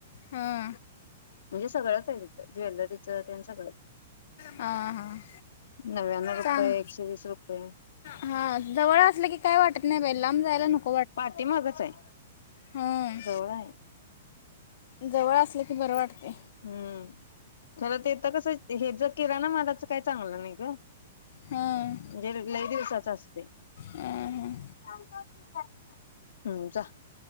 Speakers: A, on the left (about 60°); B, on the left (about 80°).
A: हा
B: म्हणजे सगळंच आहे तिथं ज्वेलरीच त्यांन सगळंच
A: हां हां
B: नव्यान्णव रुपये
A: सांग
B: एकशे वीस रुपये
A: हा जवळ असलं की काय वाटत नाही बाई लांब जायला नुकत
B: पाठीमागच आहे
A: हां
B: जवळ आहे
A: जवळ असलं की बरं वाटते
B: हम्म खर तेेत कसं हे ज किरा ना मादााचं काय चांगलं नाही का म्हणजे
A: हां हां,
B: लई दिवसाच असते
A: हां.
B: हम्म जा